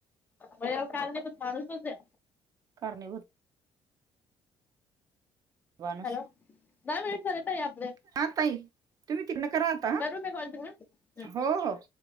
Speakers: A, on the left; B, on the right.
A: म याला कारणीभूत माणूसचं ये.
B: कारणीभूत माणूस
A: हॅलो दहा मिनिट झाले ताई आपले.
B: हा ताई तुम्ही तिक्नं करा आता हा
A: करू मी कॉल तुम्हाला?
B: हो हो